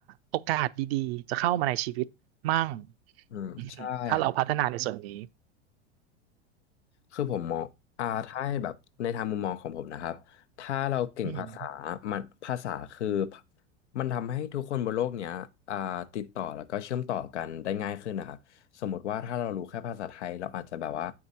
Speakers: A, on the right; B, on the left.
A: โอกาสดีๆจะเข้ามาในชีวิตมั่ง
B: อืมใช่ครับ
A: อืมถ้าเราพัฒนาในส่วนนี้
B: คือผมมองอ่าถ้าให้แบบในทางมุมมองของผมนะครับถ้าเราเก่งภาษา
A: อืม
B: มันภาษาคือมันทำให้ทุกคนบนโลกเนี้ยอ่าติดต่อแล้วก็เชื่อมต่อกันได้ง่ายขึ้นนะครับสมมติว่าถ้าเรารู้แค่ภาษาไทยเราอาจจะแบบว่า